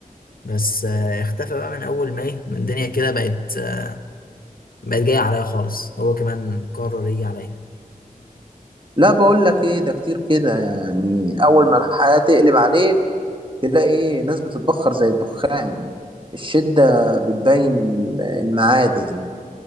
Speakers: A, on the left; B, on the right.
A: بس آه، اختفى بقى من اول ما ايه من الدنيا كده بقت آه، بقت جايه عليا خالص هو كمان قرر يجي عليا
B: لا بقول لك ايه ده كتير كده يعني اول ما الحياة تقلب عليك تلاقي ايه ناس بتتبخر زي الدخان الشدة بتبين ال- المعادن